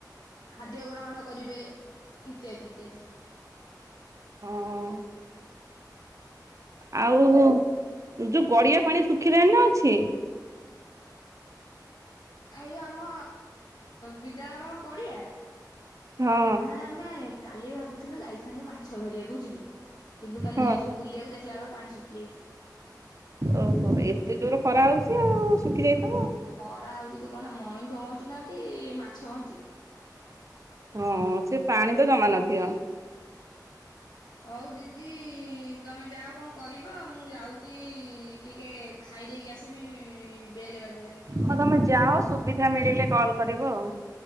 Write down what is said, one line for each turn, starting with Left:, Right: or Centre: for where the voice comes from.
Left: ଖାଦ୍ୟ ଗ୍ରହଣ କରିବେ ଇତ୍ୟାଦି ଇତ୍ୟାଦି।
Right: ହଁ। ଆଉ ଏ ଯୋଉ ଗଡ଼ିଆ ପାଣି ଶୁଖିଲାଣିନା ଅଛି?
Left: ଏଇ ଯଉ ଆମ ବିଦ୍ୟାଳୟ ପାଖ ଗଡ଼ିଆ
Right: ହଁ
Left: ଆ ଆମେ କାଲି ଭାବୁଥିଲୁ ଯାଇଥାନ୍ତୁ ମାଛ ଧରିବାକୁ ବୁଝିଲୁ କିନ୍ତୁ କାଲି
Right: ହଁ
Left: ଯାଇଥିଲୁ ବୁଲିବାକୁ ଦେଖିଲା ବେଳକୁ ପାଣି ଶୁଖି ଯାଇଚି।
Right: ଓହୋ ଏତେ ଜୋରେ ଖରା ହଉଚି ଆଉ ଶୁଖି ଯାଇଥ
Left: ଖରା ହଉଚି ତୁ କନା ମଣିଷ ବଞ୍ଚୁନାହାନ୍ତି ମାଛ ବଞ୍ଚିବେ।
Right: ହଁ ସେପାଣିତ ଜମା ନଥିବ।
Left: ହଉ ଦିଦି ତମେ ଯାଅ କଣ କରିବ ମୁଁ ଯାଉଚି ଟିକେ ଖାଇ ଦେଇକି ଆସିବି ବେଲ୍ ବାଜିଲାଣି?
Right: ହଁ ତମେ ଯାଅ ସୁବିଧା ମିଳିଲେ କଲ୍ କରିବ ଆଉ।